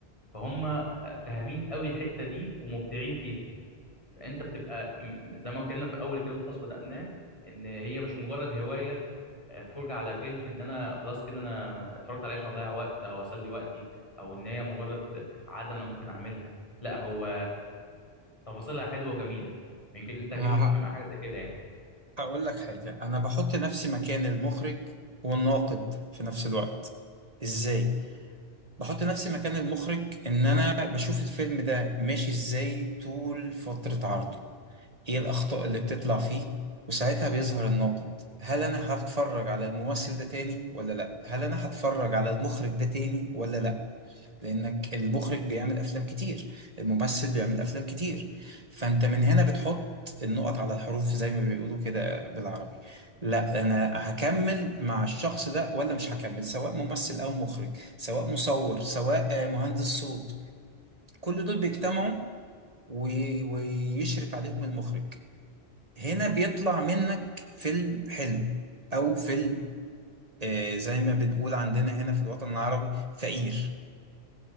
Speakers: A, on the left; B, on the right.
A: فهم آه، فاهمين قوي الحته دي ومبدعين فيها فانت بتبقى م- زي ما اتكلمنا في اول كلام خاص بدأناه ان هي مش مجرد هوايه فرجة على فيلم ان انا خلاص كده انا اتفرجت عليه عشان اضيع وقت او اسلي وقتي او ان هي مجرد عادة انا ممكن اعملها لا هو تفاصيلها حلوة وجميلة يمكن انت اكيد
B: انا
A: متفق
B: ه-
A: مع حاجة زي كده يعني
B: هقول لك حاجة انا بحط نفسي مكان المخرج والناقد في نفس الوقت ازاي بحط نفسي مكان المخرج ان انا بشوف الفيلم ده ماشي ازاي طول فترة عرضه ايه الاخطاء اللي بتطلع فيه وساعتها بيظهر الناقد هل انا هتفرج على الممثل ده تاني ولا لا هل انا هتفرج على المخرج ده تاني ولا لا لانك المخرج بيعمل افلام كتير الممثل بيعمل افلام كتير فانت من هنا بتحط النقط على الحروف زي ما بيقولوا كده بالعربي لا انا هكمل مع الشخص ده ولا مش هكمل سواء ممثل او مخرج سواء مصور سواء آه، مهندس صوت كل دول بيجتمعوا وي- ويشرف عليهم المخرج هنا بيطلع منك فيلم حلو او فيلم آه، زي ما بنقول عندنا هنا في الوطن العربي فقير